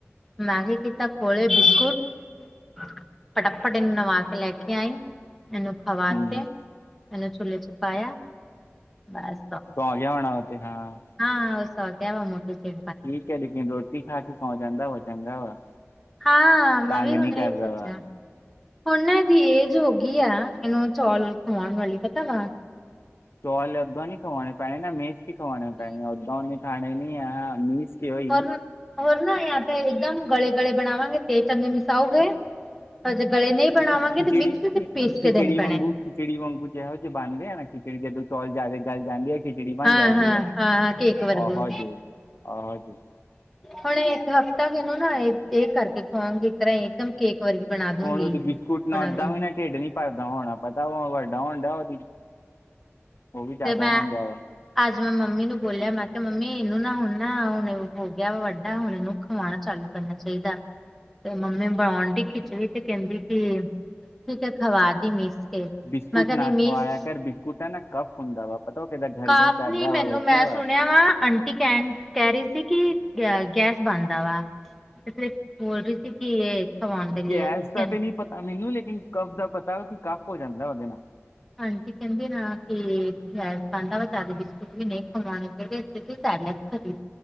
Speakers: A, in the centre; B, on the left (about 60°).
A: ਮੈ ਕੀ ਕਿਤਾ ਕੋਲੇ ਬਿਸਕੁਟ ਫਟਾੱਫਟ ਇਹਨੂੰ ਨਹਵਾ ਕੇ ਲੈ ਕੇ ਆਈ ਇਹਨੂੰ ਹਵਾ
B: ਹੂੰ
A: 'ਤੇ ਇਹਨੂੰ ਚੁੱਲ੍ਹੇ 'ਪਾਇਆ ਬੱਸ
B: ਸੋਂ ਗਿਆ ਹੋਣਾ ਓਹ ਤੇ ਹਾਂ
A: ਹਾਂ ਉਹ ਸੋ ਗਿਆ ਵਾ ਮਟ ਸੀ
B: ਠੀਕ ਹੈ ਲੇਕਿਨ ਰੋਟੀ ਖਾ ਕੇ ਸ ਜਾਂਦਾ ਵਾ ਚੰਗਾ ਵਾ
A: ਹਾਂ ਮੈਂ
B: ਤੰਗ
A: ਵੀ
B: ਨਹੀਂ
A: ਹੁਣ
B: ਕਰਦਾ
A: ਇਹੀ ਸੋਚਿਆ
B: ਵਾ
A: ਹੁਣ ਨਾ ਇਹਦੀ ਏਜ ਹੋ ਗਈ ਆ ਇਹਨੂੰ ਚੌਲ ਚੁਲ ਖਵਾਉਣ ਵਾਲੀ ਪਤਾ ਵਾ
B: ਚੌਲ ਓਦੋਂ ਨੀ ਖਾਵਾਣੇ ਪੈਣੇ ਨਾ ਮੀਸ ਕੀ ਖਵਾਣੇ ਪੈਣੇ ਅਦੋਂ ਖਾਣੇ ਨ ਆ ਮੀਸ ਕੇ ਹੋਈ
A: ਹੋਰ ਹੋਰ ਨਾ ਯਾਂ ਤਾਂ ਇੱਕਦਮ ਗਲੇ ਗਲੇ ਬਣਾਵਾਂਗੇ ਤੇ ਚੰਗੇ ਮਿਸਾਓਗੇ ਪਰ ਜੇ ਗਲੇ ਨਹੀਂ ਬਣਾਵਾਂਗੇ
B: ਖਿਚੜੀ
A: ਤੇ ਮਿਕਸੀ ਚ
B: ਖਿਚੜੀ
A: ਪੀਸ ਕੇ ਦੇਣੇ ਪੈਣੇ
B: ਵਾਂਗੂ ਖਿਚੜੀ ਵਾਂਗੂ ਜ ਬਣਦੇ ਨਾ ਖਿਚੜੀ ਜਦੋਂ ਚੌਲ ਜਿਆਦਾ ਗੱਲ ਜਾਂਦੇ ਆ ਖਿਚੜੀ ਬਣ
A: ਹਾਂ
B: ਜਾਂਦੀ
A: ਹਾਂ
B: ਆ
A: ਹਾਂ ਕੇਕ ਵਰਗੂ
B: ਆਹੋ ਜੀ ਆਹੋ ਜੀ
A: ਹੁਣ ਇੱਕ ਹਫ਼ਤਾ ਇਹਨੂੰ ਨਾ ਇਹ ਕਰਕੇ ਖਵਾਗੇ ਇਸ ਤਰ੍ਹਾਂ ਇਕਦਮ ਕੇਕ ਵਰਗੀ ਬਣਾ ਦੂੰਗੀ
B: ਹੁਣ ਉਹਦੀ ਬਿਸਕੁੱਟ ਨਾਲ
A: ਬਣਾ
B: ਅੱਧਾਂ
A: ਦੂੰ
B: ਵੀ ਨਾ ਢਿੱਡ ਨਹੀਂ ਭਰਦਾ ਹੋਣਾ ਪਤਾ ਵੱਡਾ ਹੋਣ ਡਿਆ ਉਹਦੀ ਉਹ ਵੀ ਜਿਆਦਾ
A: ਤੇ ਮੈਂ
B: ਹੋਣ ਡ ਵਾ <inaudible>
A: ਅੱਜ ਮੈਂ ਮੰਮੀ ਨੂੰ ਬੋਲਿਆ, ਮੈਂ ਕਿਹਾ, ਮੰਮੀ, ਇਹਨੂੰ ਨਾ! ਹੁਣ ਨਾ ਹੁਣ! ਹੋ ਗਿਆ ਵਾ ਵੱਡਾ, ਹੁਣ ਇਹਨੂੰ ਖਵਾਉਣਾ ਚਾਲੂ ਕਰਨਾ ਚਾਹੀਦਾ। ਤੇ ਮੰਮੀ ਬਣਾਉਣ ਦੀ ਖਿਚੜੀ, ਤੇ ਕਹਿੰਦੀ ਕਿ ਠੀਕ ਹੈ, ਖਵਾ ਦੀ ਮੀਸ। ਕੇ
B: ਬਿਸਕੁਟ
A: ਮੈਂ ਕਿਹਾ
B: ਨਾ
A: ਨਹੀਂ ਮੀਸ
B: ਖਵਾਇਆ ਕਰ। ਬਿਸਕੁਟ ਆ ਨਾ ਕਫ ਹੁੰਦਾ ਵਾ, ਪਤਾ? ਉਹ ਕਹਿੰਦਾ, ਘਰ-
A: ਕਾਫ਼
B: ਕਰਦਾ
A: ਨੀ,
B: ਘਰ।
A: ਮੈਨੂੰ
B: ਵਾ ਵੇਖਿਆ
A: ਮੈਂ
B: ਵਾ
A: ਸੁਣਿਆ ਵਾਂ। ਆਂਟੀ ਕਹਿਣ ਕਹਿ ਰਹੀ ਸੀ। ਕਿ ਗੈ, ਗੈਸ ਬਣਦਾ ਵਾ, ਇਸ ਲਈ ਬੋਲ ਰਹੀ ਸੀ ਕਿ ਇਹ ਖਵਾਉਣ ਦੇ ਲਈ
B: ਗੈਸ
A: ਕਹਿੰ
B: ਦਾ ਤੇ ਨਹੀਂ ਪਤਾ ਮੈਨੂੰ, ਲੇਕਿਨ ਕਫ ਦਾ ਪਤਾ ਕਿ ਕਫ ਹੋ ਜਾਂਦਾ ਉਹਦੇ ਨਾਲ।
A: ਹਾਂਜੀ ਕਹਿੰਦੇ ਨਾ ਕਿ ਗੈਸ ਖਾਂਦਾ ਵਾ ਜ਼ਿਆਦਾ ਬਿਸਕੁਟ ਵੀ ਨਹੀਂ ਖਵਾਉਣੇ ਚ ਖ <inaudible>